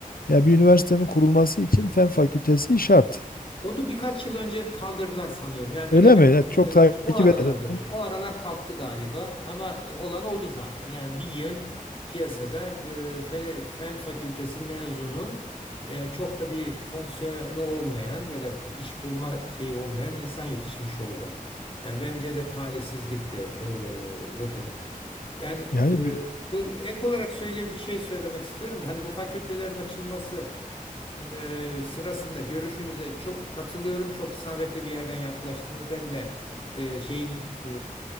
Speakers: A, on the left (about 90°); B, on the left (about 35°).
A: Ya bir üniversitenin kurulması için fen fakültesi şart.
B: Onu birkaç yıl önce kaldırdılar sanıyorum. Yani
A: Öyle
B: ben emekli
A: mi? Ya
B: olmadan
A: çok takip
B: önce o aralarda
A: edelim.
B: hocam. O aralar kalktı galiba ama e, olan oldu zaten. Yani bir yığın piyasada e, fen, fen fakültesi mezunu e, çok da bir fonksiyonu olmayan ya da bir iş bulma şeyi olmayan insan yetişmiş oldu. Yani bence de talihsizlikti e, o durum. Yani
A: Yani
B: e, bu ek olarak söyle bir şey söylemek istiyorum. da, Hani bu fakültelerin açılması e, sırasında görüşünüze çok katılıyorum. Çok isabetli bir yerden yaklaştınız. Ben de e, şeyin e,